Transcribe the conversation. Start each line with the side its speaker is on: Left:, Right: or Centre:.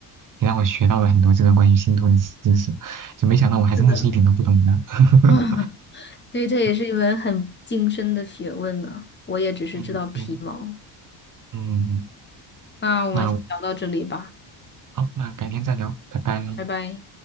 Right: 也让我学到了很多这个关于星图的知识，就没想到我还真的是一点都不懂呢。
Left: 是的，
Right: <laughs>
Left: <laughs> 啊，所以这也是一门很精深的学问呢。
Right: 嗯
Left: 我也只是知道皮毛。
Right: 嗯，对，嗯嗯，
Left: 那我们先聊到这里吧，
Right: 那我好，那改天再聊，拜拜。
Left: 拜拜。